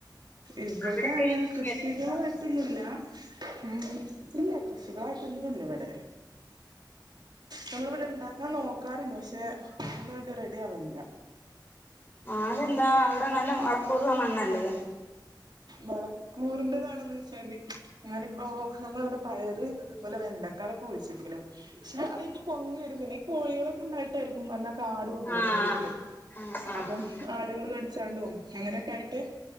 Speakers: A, on the right (about 65°); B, on the left (about 25°).
A: ഇവിടെ
B: അവിടെ എന്തെങ്കിലും
A: അങ്ങനെ
B: കൃഷി
A: കൃഷികളായിട്ടൊന്നും
B: ചെയ്തിട്ടുണ്ടോ
A: ല്ല ഉം ഇല്ല കൃഷികളായിട്ട് ഒന്നും ഇല്ല ഇവിടെ നമ്മളിവിടെ ഇണ്ടാക്കാൻ നോക്കാറുണ്ട് പക്ഷെ അതിന് വേണ്ടി റെഡി ആവില്ല
B: ആരെന്താ അവിടെ നല്ല വളക്കൂറുള്ള മണ്ണല്ലേ
A: വളക്കൂറിന്റെതാണന്ന് വെച്ചാല് ഞാനിപ്പോ ഞങ്ങള് ഇവിടെ പയറ് അതുപോലെ വെണ്ടക്കാലളൊക്കെ കുഴിച്ചിട്ടീന് പക്ഷെ അതെങ്ങ് പൊങ്ങിവരും പിന്നെ കോഴികളൊക്കെ ഉണ്ടായിട്ടായിരിക്കും എന്ന കാടും ഉണ്ടായിരുന്നു
B: ആ
A: വീട്ടില്
B: ആ ആ ആ
A: അപ്പം ആടുകള് കടിച്ചാണ്ടും അങ്ങനെയൊക്കെ ആയിട്ട്